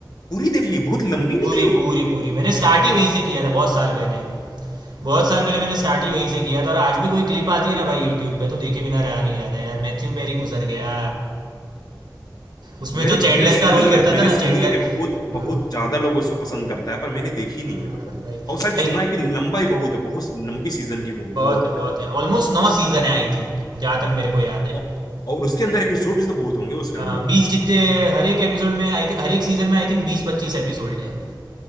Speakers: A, on the left (about 55°); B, on the right (about 65°).
A: पूरी देख ली बहुत लंबी नहीं
B: पूरी
A: थी वो
B: पूरी पूरी मैंने स्टार्ट ही वहीं से किया था बहुत साल पहले बहुत साल पहले मैंने स्टार्ट ही वहीं से किया था और आज भी कोई क्लिप आती है ना भाई यूट्यूब पे तो देखे बिना रहा नहीं जाता यार मैथ्यू पेरी गुजर गया उसमें
A: मैंने
B: जो चैंडलर
A: मेरे सुनी
B: का रोल करता
A: है मैंने
B: था ना
A: सुनी
B: चैंडलर
A: है कि बहुत
B: हम्म,
A: बहुत ज्यादा लोग उसको पसंद करता है पर मैंने देखी नहीं
B: हाँ
A: है मतलब
B: भाई
A: और शायद
B: भाई
A: सुना है कि लंबा ही बहुत है बहुत लंबी सीजन की मूव-
B: बहुत
A: वो
B: है बहुत है ऑलमोस्ट नौ सीजन है आई थिंक जहाँ तक मेरे को याद है
A: औ- और उसके अंदर एपिसोड भी तो बहुत होंगे उसके
B: हाँ,
A: अंदर
B: बीस जितने हर एक एपिसोड में आई हर एक सीजन में आई थिंक बीस पच्चीस एपिसोड है